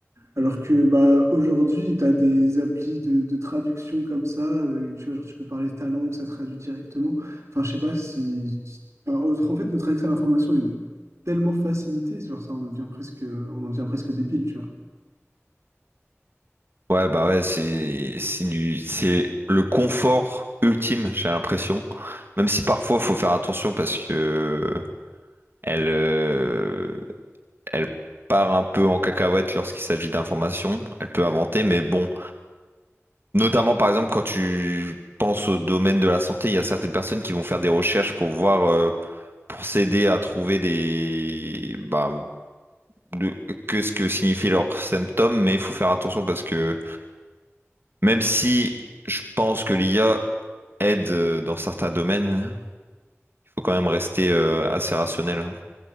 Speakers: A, on the right; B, on the right.
A: Alors que bah, aujourd'hui, tu as des applis de, de traduction comme ça, euh, tu vois, genre, tu peux parler ta langue, ça traduit directement. Enfin, je sais pas si... Alors, en fait, notre accès à l'information est tellement facilité, genre, ça, on devient presque, on en devient presque débile, tu vois.
B: Ouais, bah ouais, c'est c'est du- c'est le confort ultime, j'ai l'impression. Même si parfois, faut faire attention parce que elle, euh, elle part un peu en cacahuète lorsqu'il s'agit d'informations. Elle peut inventer, mais bon. Notamment, par exemple, quand tu penses au domaine de la santé, il y a certaines personnes qui vont faire des recherches pour voir, euh, pour s'aider à trouver des, bah, de- que ce que signifient leurs symptômes, mais il faut faire attention parce que même si je pense que l'IA aide euh, dans certains domaines. Il faut quand même rester euh, assez rationnel. hein.